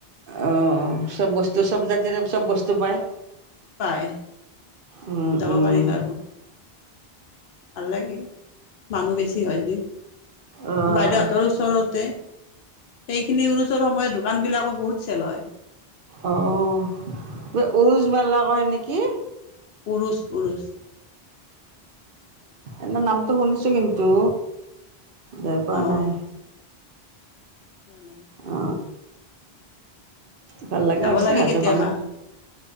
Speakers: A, on the right (about 60°); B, on the left (about 65°).
A: অ চব বস্তু। অ চব জাতিৰে চব বস্তু পায়
B: পায়
A: উম
B: যাব
A: উম।
B: পাৰিল আৰু ভাল লাগে। মানুহ বেছি হয় যে
A: অহ
B: বাইদেউহঁতৰ ওচৰতে। সেইখিনি উৰুচৰ সময়ত দোকান বিলাকো বহুত চেল হয়।
A: অ', অ উৰুজ মেলা কয় নেকি?
B: পুৰুষ পুৰুষ
A: এবাৰ নামটো শুনিছো কিন্তু যায় পোৱা
B: অ
A: নাই
B: নাই
A: অ। ভাল লগা
B: যাব
A: হৈছে
B: লাগে
A: হাজো
B: কেতিয়াবা
A: খনত।